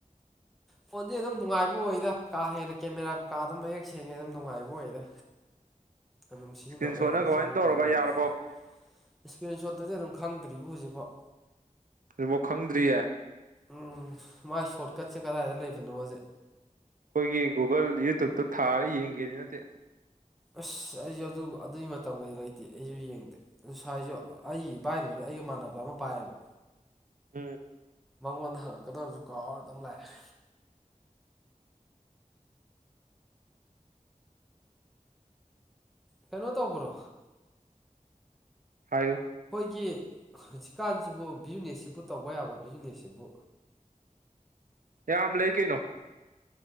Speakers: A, in the centre; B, on the right (about 85°).
A: ꯐꯣꯟꯗꯤ ꯑꯗꯨꯝ ꯅꯨꯡꯉꯥꯏꯕ ꯑꯣꯏꯗ ꯀꯥ ꯍꯦꯟꯅ ꯀꯦꯃꯦꯔ ꯀꯩꯀꯥ ꯑꯗꯨꯝ ꯃꯌꯦꯛ ꯁꯦꯡꯉꯦ ꯑꯗꯨꯝ ꯅꯨꯡꯉꯥꯏꯕ ꯑꯣꯏꯗ
B: <inaudible>
A: ꯑꯗꯨꯝ ꯁꯤꯖꯤꯟꯅꯕ
B: ꯏꯁꯀ꯭ꯔꯤꯟ ꯁꯣꯠꯅ
A: ꯌꯥꯅꯤ
B: ꯀꯃꯥꯏꯅ
A: ꯆꯍꯤ
B: ꯇꯧꯔꯕ
A: ꯃꯔꯤ
B: ꯌꯥꯔꯕꯣ
A: ꯃꯉꯥꯃꯛ ꯏꯁꯀ꯭ꯔꯤꯟ ꯁꯣꯠꯇꯨꯗꯤ ꯑꯗꯨꯝ ꯈꯪꯗ꯭ꯔꯤꯕꯣ ꯍꯧꯖꯤꯛꯐꯥꯎ
B: ꯑꯗꯨꯕꯥꯎ ꯈꯪꯗ꯭ꯔꯤꯌꯦ
A: ꯎꯝ ꯃꯥꯏ ꯁꯣꯔꯠꯀꯠꯁꯦ ꯀꯗꯥꯏꯗ ꯂꯩꯕꯅꯣꯖꯦ
B: ꯑꯈꯣꯏꯒꯤ ꯒꯨꯒꯜ ꯌꯨꯇꯨꯞꯇ ꯊꯥꯔ ꯌꯦꯡꯒꯦꯗꯤ ꯅꯠꯇꯦ
A: ꯑꯁ ꯑꯩꯖꯨ ꯑꯗꯨ ꯑꯗꯨꯒꯤ ꯃꯇꯝꯒꯩꯗꯤ ꯂꯩꯇꯦ ꯑꯩꯖꯨ ꯌꯦꯡꯗꯦ ꯉꯁꯥꯏꯖꯨ ꯑꯩꯒꯤ ꯏꯕꯥꯏꯗꯨꯖꯨ ꯑꯩ ꯑꯩꯒ ꯏꯃꯥꯟꯅꯕ ꯑꯃ ꯄꯥꯏꯌꯦꯕ
B: ꯎꯝ
A: ꯃꯉꯣꯟꯗ ꯍꯪꯉꯛꯀꯗꯕꯖꯨ ꯀꯥꯎꯔ ꯑꯗꯨꯝ ꯂꯥꯛꯑꯦ ꯀꯩꯅꯣ ꯇꯧꯕ꯭ꯔꯣ
B: ꯍꯥꯏꯌꯨ
A: ꯒꯤ ꯍꯧꯖꯤꯛꯀꯥꯟꯖꯤꯕꯨ ꯕꯤꯖꯤꯅꯦꯁꯁꯤꯕꯨ ꯇꯧꯕ ꯌꯥꯕ ꯕꯤꯖꯤꯅꯦꯁꯁꯤꯕꯨ
B: ꯌꯥꯝ ꯂꯩ ꯀꯩꯅꯣ